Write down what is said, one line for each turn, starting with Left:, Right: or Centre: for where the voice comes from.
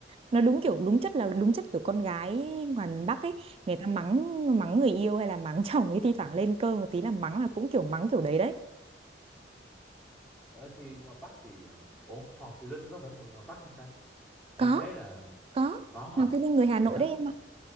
Right: Nó đúng kiểu, đúng chất là đúng chất kiểu con gái ngoài miền Bắc ấy. Người ta mắng mắng người yêu hay là mắng <laughs> chồng ấy thi thoảng lên cơn một tí là mắng là cũng kiểu mắng kiểu đấy đấy.
Centre: ở thì ngoài Bắc thì ờ, ủa Hoàng Thùy Linh có phải người ngoài Bắc không ta em
Right: Có,
Centre: thấy là
Right: có.
Centre: có hả
Right: Hoàng Thùy Linh người Hà Nội
Centre: thì đó
Right: đấy em ạ.